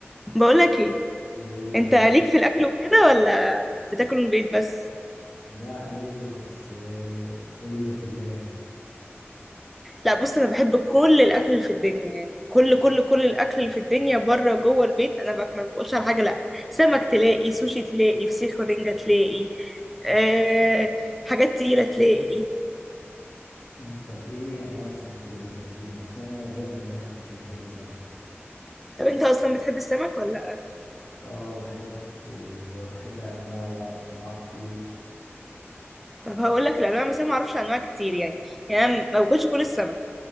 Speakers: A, in the centre; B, on the left.
A: بقولك ايه
B: ايه
A: انت
B: قول
A: ليك في الاكل وكده ولا بتاكل من البيت بس
B: لا ليا بس آه، ايه اللي في دماغي
A: لا بص انا بحب كل الاكل اللي في الدنيا يعني كل كل كل الاكل اللي في الدنيا بره جوه البيت انا باكله ما بقولش على حاجه لا سمك تلاقي سوشي تلاقي فسيخ ورنجه تلاقي أه حاجات تقيله تلاقي
B: مم. طب ايه انواع السمك اللي بتحبيها اصلا أنا نادرا ما الاقي حد بيحب سمك
A: طب انت اصلا بتحب السمك ولا لا
B: اه بحبه وبحب انواعه واعرف انواعه كتير
A: طب
B: يعني
A: هقول لك الانواع بس انا ما اعرفش انواع كتير يعني يعني انا ما باكلش كل السمك